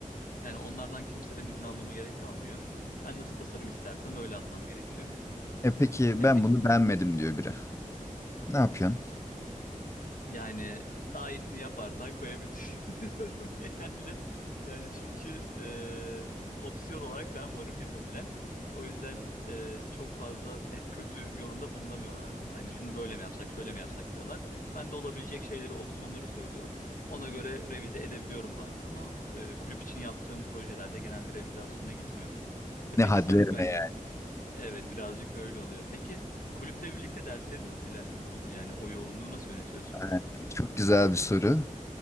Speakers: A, on the left; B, on the left.
A: Yani onlardan kimseden izin almama gerek kalmıyor. Ben nasıl tasarım istersem öyle atmam gerekiyor.
B: E peki
A: Ya
B: ben bunu beğenmedim diyor biri. Ne yapıyorsun?
A: Yani e, daha iyisini yaparsan koyabilirsin <laughs> diyorum genelde. Yani çünkü e, opsiyon olarak ben varım yapabilen. O yüzden e, çok fazla yani kötü yorumda bulunamıyorlar aslında. Hani şunu böyle mi yapsak, şöyle mi yapsak diyorlar. Ben de olabilecek şeyleri, opsiyonları söylüyorum. Ona göre revize edebiliyorum bazen ama e, kulüp için yaptığım projelerde genelde revizasyona gitmiyorum. E,
B: Ne
A: peki
B: hadlerine
A: sen hani evet birazcık öyle oluyor. Peki kulüple birlikte dersleri nasıl ilerletiyorsun? Yani o yoğunluğu nasıl yönetiyorsun?
B: yani? Çok güzel bir soru.